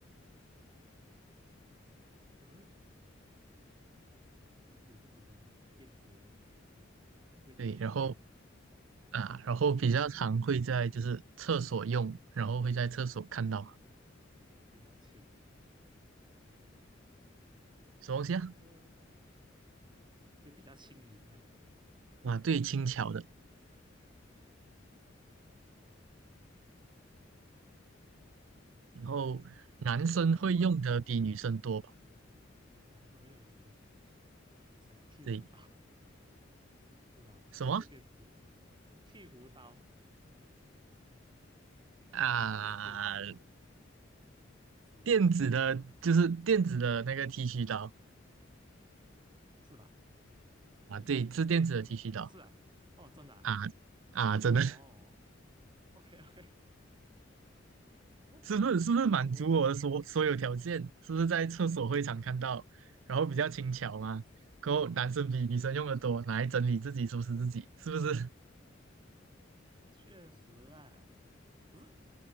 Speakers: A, on the right; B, on the right.
A: 嗯，整理自己的电子的东西啊，又不会发热，
B: 对，然后啊，然后比较常会在就是厕所用，
A: 又是
B: 然后会在厕所看到
A: 比较轻，
B: 什么东西啊？
A: 呃，就比较轻盈啊。
B: 啊，对，轻巧的。然后男生会用的比女生多吧？
A: 想不到嘞，男生会用的女生多。想要剃胡刀，
B: 对，
A: 不是啊，哦都不是电子，
B: 什么
A: 剃胡刀
B: 啊？
A: 它不是电子哦，不是哦，
B: 电子的，就是电子的那个剃须刀
A: 嗯，是吧？
B: 啊，对，是电子的剃须刀
A: 是啊，哦，真的啊、
B: 啊啊，真的
A: 哦
B: <laughs>
A: ，OK OK，<laughs> 哦，
B: 是不是是不是满足我的所所有条件？
A: 我我
B: 是不是在厕所会常看到，
A: 嗯，
B: 然后比较轻巧嘛？
A: 嗯，
B: 然后男生比女生用的多，拿来整理自己收拾自己，是不是 <laughs>？
A: 确实啦。可是